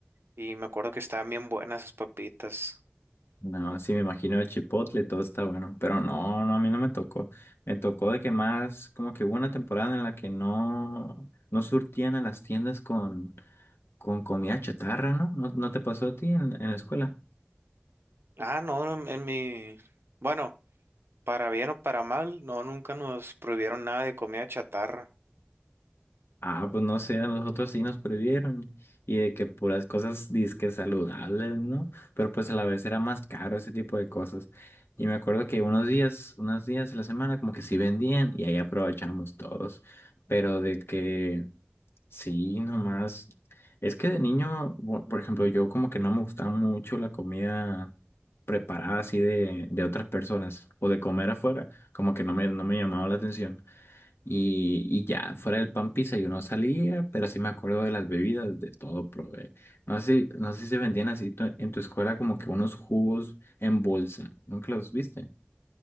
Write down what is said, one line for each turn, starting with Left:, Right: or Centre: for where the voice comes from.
Right: Y me acuerdo que estaban bien buenas esas papitas.
Left: No, sí, me imagino de Chipotle, todo está bueno. Pero no, no, a mí no me tocó. Me tocó de que más, como que hubo una temporada en la que no, no surtían a las tiendas con, con comida chatarra, ¿no? ¿No, no te pasó a ti en en la escuela?
Right: Ah, no, en en mi... Bueno, para bien o para mal, no, nunca nos prohibieron nada de comida chatarra.
Left: Ah, pues no sé, a nosotros sí nos prohibieron y de que puras cosas disque saludables, ¿no? Pero pues a la vez era más caro ese tipo de cosas. Y me acuerdo que unos días, unos días de la semana como que sí vendían y ahí aprovechamos todos, pero de que sí, nomás. Es que de niño, bu- por ejemplo, yo como que no me gustaba mucho la comida preparada así de, de otras personas o de comer afuera, como que no me, no me llamaba la atención. Y, y ya, fuera del pan pizza yo no salía, pero sí me acuerdo de las bebidas, de todo probé. No sé, si- no sé si se vendían así tu- en tu escuela como que unos jugos en bolsa. ¿Nunca los viste?